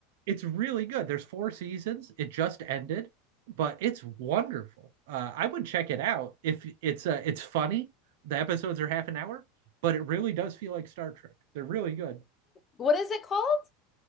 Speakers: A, on the right; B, on the left.
A: it's really good. There's four seasons. It just ended, but it's wonderful. Uh, I would check it out if it's uh, it's funny. The episodes are half an hour, but it really does feel like Star Trek. They're really good.
B: What is it called?